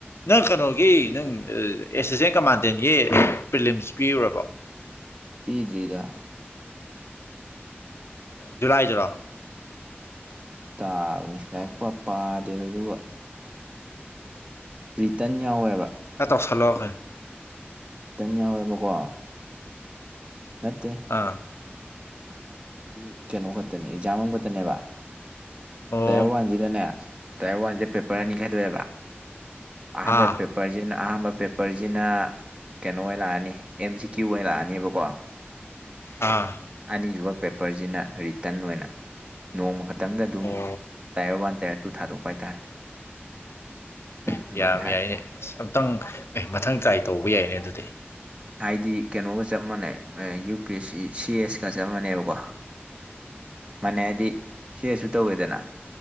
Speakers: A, on the left (about 75°); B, on the right (about 25°).
A: ꯅꯪ ꯀꯩꯅꯣꯒꯤ ꯅꯪ ꯑꯦꯁꯤꯁꯇꯦꯟ ꯀꯃꯥꯟꯗꯦꯟꯒꯤ ꯄ꯭ꯔꯤꯂꯤꯝꯁ ꯄꯤꯔꯨꯔꯕꯣ <unintelligible>
B: ꯄꯤꯗ꯭ꯔꯤꯗ
A: ꯖꯨꯂꯥꯏꯗꯨꯨꯔ
B: ꯂꯥꯏꯗ ꯇꯥꯕꯅꯤ ꯂꯥꯏꯔꯤꯛ ꯄ ꯄꯥꯗꯦ ꯑꯗꯨꯒ ꯔꯤꯇꯟ ꯌꯥꯎꯋꯦꯕ
A: ꯍ ꯇꯞ ꯆꯂ ꯍꯦ
B: ꯈꯤꯇꯪ ꯌꯥꯎꯋꯦꯕꯀꯣ ꯅꯠꯇꯦ
A: ꯑꯥ
B: ꯃꯣꯏꯗꯤ ꯀꯩꯅꯣ ꯈꯛꯇꯅꯤ ꯑꯦꯛꯖꯥꯝ ꯑꯃꯈꯛꯇꯅꯦꯕ
A: ꯑꯣ
B: ꯇꯌꯥꯔ ꯋꯥꯟꯁꯤꯗꯅꯦ ꯇꯥꯏꯌꯔ ꯋꯥꯟꯁꯦ ꯄꯦꯄꯔ
A: ꯎꯝ
B: ꯑꯅꯤ ꯈꯥꯏꯗꯣꯛꯑꯦꯕ ꯑꯍꯥꯟꯕ
A: ꯑꯥ
B: ꯄꯦꯄꯔꯖꯤꯅ ꯑꯍꯥꯟꯕ ꯄꯦꯄꯔꯁꯤꯅ ꯀꯩꯅꯣ ꯑꯣꯏꯅ ꯂꯥꯛꯑꯅꯤ ꯑꯦꯝ ꯁꯤ ꯀ꯭ꯌꯨ ꯑꯣꯏꯅ ꯂꯥꯛꯑꯅꯦꯕꯀꯣ
A: ꯑꯥ
B: ꯑꯅꯤꯁꯨꯕ ꯄꯦꯄꯔꯁꯤꯅ ꯔꯤꯇꯟ ꯑꯣꯏꯅ ꯅꯣꯡꯃ ꯈꯛꯇ ꯈꯤꯇꯪꯗ ꯑꯗꯨꯝ
A: ꯑꯣ
B: ꯇꯥꯏꯌꯔ ꯋꯥꯟ ꯇꯥꯏꯌꯔ ꯇꯨ ꯊꯥꯗꯣꯛꯄ ꯍꯥꯏꯇꯥꯔꯦ
A: ꯑꯦ
B: ꯑꯗꯨꯃꯥꯏꯅ
A: ꯌꯥꯝ
B: ꯊꯥꯏ
A: ꯌꯥꯏꯅꯦꯁ ꯑꯝꯇꯪ ꯑꯦ ꯃꯊꯪ ꯇ꯭ꯔꯥꯏ ꯇꯧꯕ ꯌꯥꯏꯅꯦ ꯑꯗꯨꯗꯤ
B: ꯍꯥꯏꯗꯤ ꯀꯩꯅꯣꯒ ꯆꯞ ꯃꯥꯟꯅꯩ ꯌꯨ ꯄꯤ ꯑꯦꯁ ꯁꯤ ꯁꯤ ꯑꯦꯁꯀ ꯆꯞ ꯃꯥꯟꯅꯩꯕꯀꯣ
A: <unintelligible>
B: ꯃꯥꯟꯅꯦꯩ ꯍꯥꯏꯗꯤ ꯁꯤ ꯑꯦꯁꯁꯨ ꯇꯧꯋꯦꯗꯅ